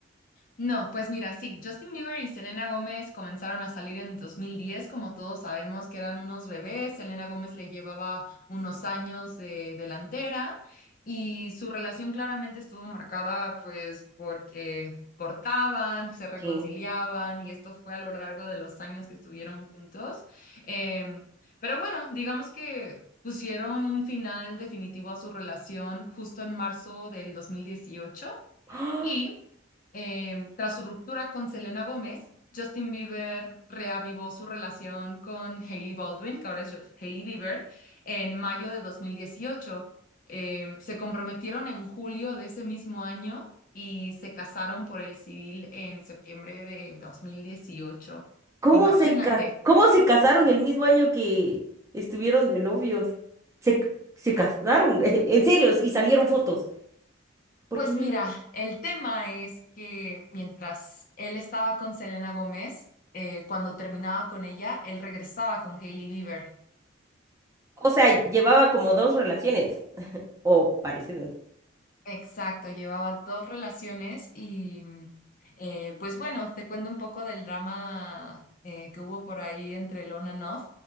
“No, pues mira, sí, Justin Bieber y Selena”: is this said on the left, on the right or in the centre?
Left